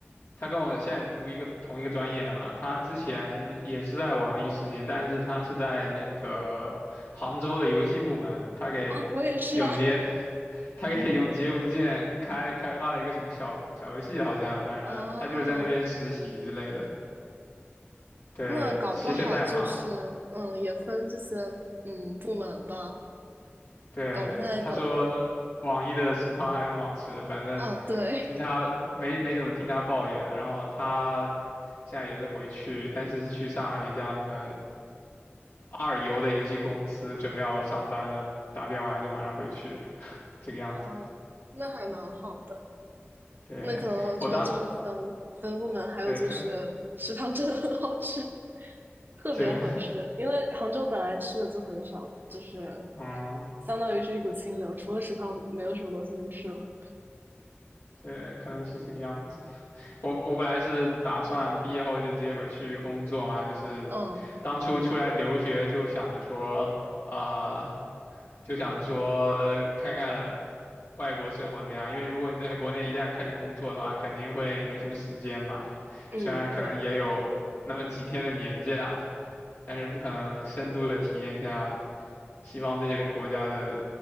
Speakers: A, on the left; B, on the right.
A: 他跟我现在读一个同一个专业嘛，他之前也是在网易实习，但是他是在那个杭州的游戏部门，他给永劫，
B: 啊，我也是啊，
A: <laughs> 他给永劫无间开开发了一个什么小小游戏，好像反正他就是在那边实习之类的，
B: <laughs> 哦，
A: 对，
B: 那搞不好就是，
A: 写写代码，
B: 嗯，也分这些，嗯，部门吧，
A: 对，
B: 搞不太懂。
A: 他说网易的食堂还很好吃，反正听他没没怎么听他抱怨，
B: 哦，对，
A: 然后他现在也是回去，但是是去上海一家什么。二游的游戏公司，准备要上班了，答辩完了就马上回去，这个样子。
B: 嗯，那还蛮好的。
A: 对，
B: 那可能我觉得就是分分部门，
A: 我当，
B: 还有就是食堂真的很好吃，
A: 对
B: 特别好吃。
A: 对，
B: 因为杭州本来吃的就很少，就是
A: 嗯。
B: 相当于是一股清流，除了食堂没有什么东西能吃了。
A: 对，可能是这个样子。我我本来是打算毕业后就直接回去工作嘛，就是
B: 嗯
A: 当初出来留学就想着说，啊、就想着说看看外国生活怎么样。因为如果你在国内一旦开始工作的话，肯定会没什么时间嘛。
B: 嗯，
A: 虽然可能也有那么几天的年假，
B: 对，
A: 但是不可能深度的体验一下西方这些国家的